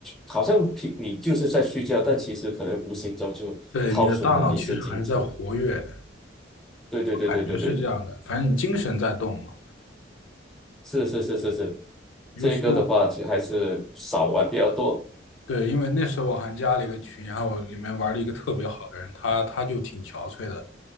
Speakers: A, in the centre; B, on the left.
A: 好像平你就是在睡觉，但其实可能无形中就耗损了你一些精神。
B: 对你的大脑其实还是在活跃的，
A: 对对对对对对。
B: 感觉是这样的，反正你精神在动嘛。
A: 是是是是是，
B: 尤其
A: 这个的话其实还是少玩比较多。
B: 对，因为那时候我还加了一个群，然后我里面玩了一个特别好的人，他他就挺憔悴的，